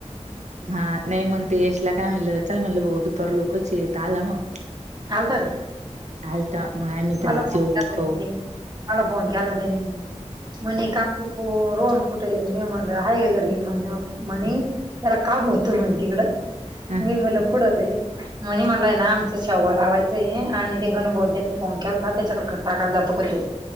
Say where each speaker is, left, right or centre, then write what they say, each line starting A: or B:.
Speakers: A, on the right (about 75°); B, on the right (about 35°).
A: हा नाही मग ते यशला काय म्हणलं चल म्हणलं भा दुपार लोकच येत आला मग
B: हालत का?
A: आलता मग आम्ही त्याला
B: मला फोन
A: जेऊ खाऊ
B: केनी मला फोन के त्यांनी म्हणे कापू रोन कुठे मी म्हणल हा घरी म्हणल म्हणे
A: ह
B: त्याला काम होत म्ह तिकड
A: ह
B: मेमेला कुड म्ह मला ना आमच शववा लावायचंय आणि ते गण बोध्यानी ओमक्या हुता त्याच्याकडे खट्टायला जातो काो